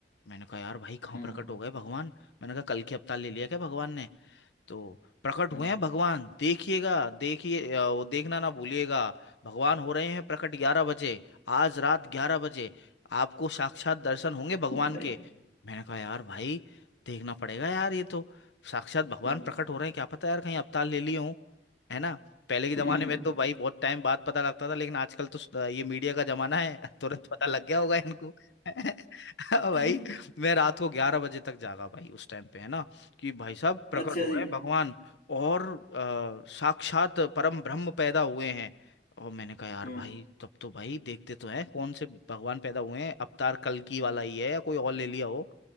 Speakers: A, on the left; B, on the left.
A: मैंने कहा यार भाई कहाँ
B: हम्म
A: प्रकट हो गए भगवान मैंने कहा कल की अवतार ले लिया क्या भगवान ने तो प्रकट
B: हम्म
A: हुए हैं भगवान देखिएगा देखिए अ, वो देखना ना भूलिएगा भगवान हो रहे हैं प्रकट ग्यारह बजे आज रात ग्यारह बजे आपको साक्षात दर्शन होंगे भगवान
B: हम्म, भाई,
A: के मैंने कहा यार भाई देखना पड़ेगा यार ये तो साक्षात भगवान
B: हम्म,
A: प्रकट हो रहे हैं क्या पता यार कहीं अवतार ले लिए हों है ना पहले के जमाने
B: हम्म,
A: में तो भाई बहुत टाइम बाद पता लगता था लेकिन आजकल तो स- ये मीडिया का जमाना है <laughs> तुरंत पता लग गया होगा इनको <laughs> भाई
B: हम्म।
A: मैं रात को ग्यारह बजे तक जागा भाई उस टाइम पे है ना कि भाई साहब प्रकट
B: अच्छा
A: हो
B: जी
A: रहे हैं भगवान और अ, साक्षात परम ब्रह्म पैदा हुए हैं और मैंने कहा यार
B: हम्म
A: भाई तब तो भाई देखते तो हैं कौन से भगवान पैदा हुए हैं अवतार कल्कि वाला ही है या कोई और ले लिया हो